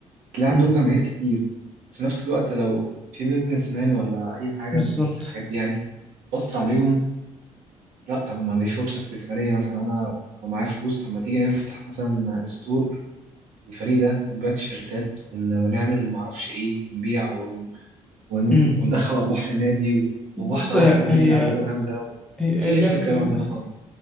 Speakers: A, on the right; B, in the centre.
A: تلاقي
B: مم.
A: عندهم جماهير كتير في نفس الوقت لو في بيزنس مان ولا أي حاجة
B: بالظبط
A: من الحاجات دي يعني بص عليهم لا طب ما دي فرصة استثمارية مثلا أنا لو معايا فلوس طب ما تيجي نفتح مثلا ستور الفريق ده ونبيع تيشيرتات ون- ونعمل معرفش إيه نبيع ون- ون-
B: مم.
A: وندخل أرباح للنادي وواحدة
B: بص هي
A: واحدة نجيب
B: هي
A: لعيبة جامدة
B: هي
A: مفيش
B: لعبة
A: الفكرة
B: ال...
A: دي عندنا خالص